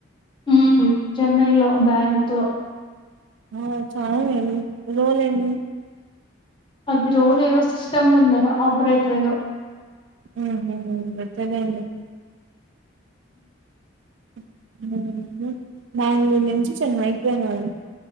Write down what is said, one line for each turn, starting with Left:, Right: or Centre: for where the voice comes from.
Left: ఉమ్మ్ చెన్నైలో బ్యాంకులో
Right: ఆ చాయ్ లూ ఎన్ని రోలు ఏన్నీ
Left: పది రోజులు ఏదో సిస్టమ్ ముందర ఆపరేటర్ ఏదో
Right: ఉ ఊ వదిలేన్డి <unintelligible> బెంగళూరు నుంచి చెన్నైకి పోయినారు.